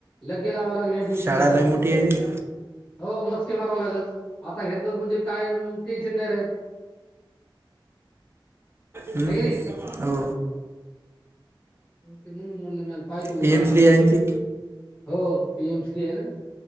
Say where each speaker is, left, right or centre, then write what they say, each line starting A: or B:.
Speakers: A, on the left; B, on the right.
A: लग्े लावं लागेडमिशन
B: शाळा
A: साठी.
B: लय मोठी आहे ती.
A: हो मस्के माराव लागेल आता घेतलं म्हणजे काय टेन्शन नाही राह.
B: हम्म.
A: ह नाही
B: हो
A: ते म्हणून. पाहि तू उद्या
B: पी एम श्री आहे ना ती
A: हो पीएम श्री आहे ना.